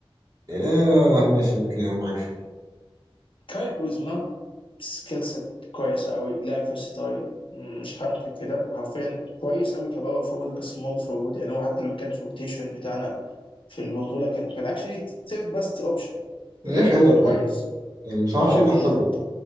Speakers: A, on the right (about 40°); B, on the left (about 60°).
A: آه ماشي أوكي أنا معاك في دي
B: كاي كوزما سكيل سيت كويس قوي لاعب فيرساتايل مش هنكر كده حرفيا كويس قوي كباور فورورد كسمول فورورد يعني هو حتى لما كان في الروتيشن بتاعنا في البطوله كان كان اكشلي ثيرد باست اوبشن
A: لعيب
B: كان لعيب
A: حلو
B: كان
A: على
B: كويس
A: فكرة يعني بس معرفش
B: اه
A: إيه اللي
B: يعني
A: حصل له